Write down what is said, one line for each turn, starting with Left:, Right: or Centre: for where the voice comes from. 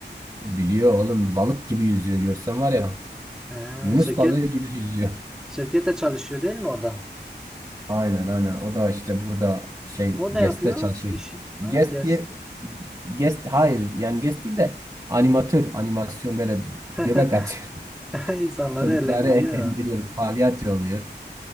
Right: Biliyor oğlum balık gibi yüzüyor görsen var ya
Centre: Ha,
Right: Yunus
Centre: şirket
Right: balığı gibi yüzüyor.
Centre: şirkette çalışıyor değil mi orada?
Right: Aynen aynen o da işte burada şey
Centre: O ne
Right: GES'te
Centre: yapıyor?
Right: çalışıyor.
Centre: İşi. Ha,
Right: GES
Centre: gez.
Right: diye GES hayır yani GES değil de animatör animasyon böyle
Centre: <laughs>
Right: göbek atıyor. <laughs>
Centre: İnsanları
Right: Çocukları
Centre: eğlendiriyor.
Right: eğlendiriyor palyaço oluyor.